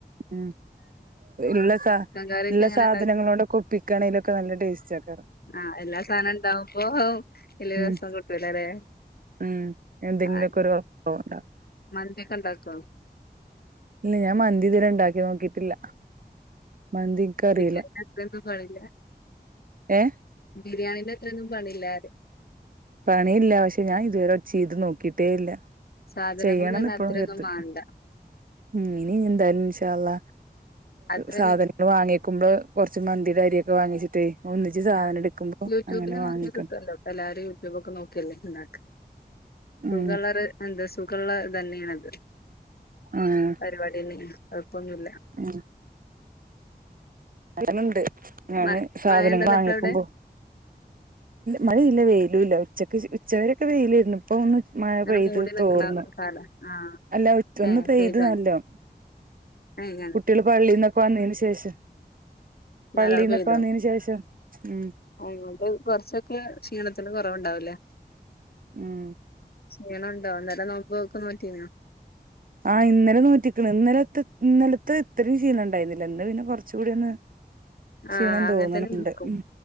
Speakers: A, on the right; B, on the left.
A: ഉം ഉള്ള സാ
B: കറിയൊക്കെ
A: ഉള്ള
B: എങ്ങനെ
A: സാധനങ്ങളോടെൊക്കെ
B: ഉണ്ടാക്കി
A: ഒപ്പിക്കണെലൊക്കെ നല്ല ടേസ്റ്റ് ആക്കാറ്
B: ആഹ് എല്ലാ സാധനം ഇണ്ടാവുമ്പോ വലിയ
A: ഉം
B: രസം കിട്ടൂലല്ലേ
A: ഉം എന്തെങ്കിലുമൊക്കെ
B: ആഹ്
A: ഒരു <unintelligible>
B: മന്തിയൊക്കെ ഉണ്ടാക്കുവോ?
A: ഇല്ല ഞാൻ മന്തി ഇത് വരെ ഇണ്ടാക്കി നോക്കിട്ടില്ല. മന്തി എനിക്കറിയില്ല
B: ബിരിയാണിടെ അത്രേം ഒന്നും പാടില്ല
A: ഏ
B: ബിരിയാണീന്റത്രൊന്നും പണില്ലാർയ
A: പണിയില്ല പക്ഷെ ഞാൻ ഇതുവരെ ചെയ്ത് നോക്കിട്ടേ ല്ല
B: സാധനങ്ങളൊന്നും
A: ചെയ്യണം
B: തന്നെ
A: ന്ന് എപ്പഴും
B: അത്രയൊന്നും
A: കര്തും
B: വാണ്ട
A: ഉം ഇനി എന്തായാലും ഇൻഷാ അള്ളാ
B: അത്രയൊന്നും
A: സാധനങ്ങള് വാങ്ങി ക്കുമ്പോ കൊർച്ച് മന്തിടെ അരിയൊക്കെ വാങ്യെച്ച്ട്ടെ ഒന്നിച്ച് സാധനം
B: ആഹ്
A: ട്ക്കുമ്പോ
B: യൂട്യൂബില്
A: അങ്ങനെ
B: നോക്കി
A: വാങ്ങിക്കാ
B: കിട്ടുവല്ലോ ഇപ്പ <unintelligible> നോക്കിയല്ലേ ഇണ്ടാക്ക സുഖള്ളർ
A: ഉം
B: സുഖള്ള ത് ന്നെണ് അത്
A: ആഹ്
B: പരിപാടിന്നെ കൊഴപ്പൊന്നുല്ല
A: ഉം അങ്ങന്ണ്ട് ഞാന്
B: മ
A: സാധനം
B: മഴണ്ടോ
A: വാങ്ങിക്കുമ്പോ
B: ന്നിട്ട് അവിടെ
A: മഴയില്ല വേയ് ല്ല ഉച്ചക്ക് ശേ ഉച്ചവെരൊക്കെ വെയിലേര്ന്നു ഇപ്പൊ ഒന്ന് മഴ
B: ഇങ്ങനെ
A: പെയ്ത്
B: മൂടി നിക്കണ
A: തോർന്നു
B: കാല ആഹ്
A: അല്ല ഒറ്റ ഒന്ന്
B: ഏഹ്
A: പെയ്ത്
B: പെയ്തോ
A: നല്ലോ
B: ഏഹ്
A: കുട്ട്യാള് പള്ളിന്നൊക്കെ വന്നേന് ശേഷം പള്ളീന്നൊക്കെ
B: നല്ലോണം പെയ്തോ
A: വന്നതിന് ശേഷം ഉം
B: ആ അത് കൊർച്ചൊക്കേ ക്ഷീണ ത്തിന് കൊറവുണ്ടാവൂലേ
A: ഉം
B: ക്ഷീണണ്ടോ ഇന്നലെ നോമ്പൊക്കെ നോറ്റിനോ
A: ആ ഇന്നലെ നോറ്റ്ക്ക്ണ് ഇന്നലത്തെ ഇന്നലത്തെ ഇത്രയും ശീണം ണ്ടായിരുന്നില്ല ഇന്ന് പിന്നെ കൊർചൂടി ഒന്ന് ക്ഷീണം
B: ആഹ് അങ്ങൻത്തെന്നെ
A: തോന്നണുണ്ട്
B: ൻക്കും
A: ഉം